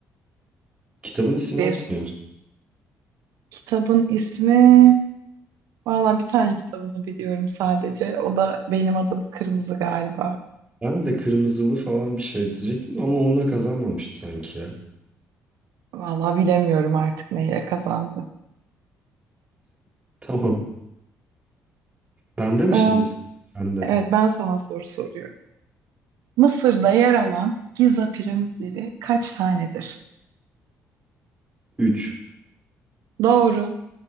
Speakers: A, on the right; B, on the right.
A: Kitabın ismini
B: Bir
A: hatırlıyor musun?
B: kitabın ismi. Valla bir tane kitabını biliyorum sadece. O da benim adım Kırmızı galiba.
A: Ben de Kırmızılı falan bir şey diyecektim ama onunla kazanmamıştı sanki ya.
B: Valla bilemiyorum artık neyle kazandı.
A: <laughs> Tamam. Bende mi
B: Ee,
A: şimdi? Bende.
B: evet ben sana soru soruyorum. Mısır'da yer alan Giza piramitleri kaç tanedir?
A: 3.
B: Doğru.